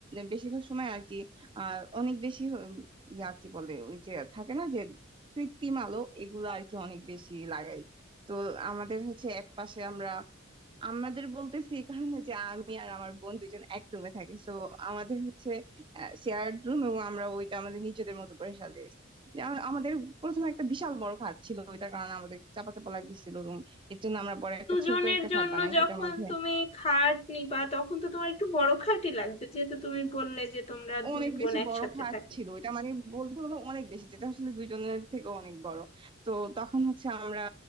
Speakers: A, on the right; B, on the left.
A: বেশিরভাগ সময় আর কি আহ অনেক বেশি উম, ইয়া কি বলে ওই যে থাকে না যে কৃত্রিম আলো এগুলো আর কি অনেক বেশি লাগাই তো আমাদের হচ্ছে এক পাশে আমরা আমাদের বলতেছি এই কারণে যে আমি আর আমার বোন দুইজন এক রুমে থাকি তো আমাদের হচ্ছে শেয়ার্ড রুম এবং আমরা ওইটা আমাদের নিজেদের মতো করে সাজিয়েছি যে আ- আমাদের প্রথমে একটা বিশাল বড় খাট ছিল ওইটার কারণে আমাদের চাপা চাপা লাগতেছিল রুম এর জন্য আমরা পরে একটা
B: দুজনের
A: ছোট একটা
B: জন্য
A: খাট বানাই
B: যখন
A: যেটার মধ্যে
B: তুমি খাট নিবা তখন তো তোমার একটু বড় খাটই লাগবে যেহেতু তুমি বললে যে তোমরা দুই
A: অনেক
B: বোন
A: বেশি
B: একসাথে
A: বড় ফাঁক
B: থাকো
A: ছিল এটা মানে বলতে গেলে অনেক বেশি যেটা আসলে দুইজনের থেকে অনেক বড় তো তখন হচ্ছে আমরা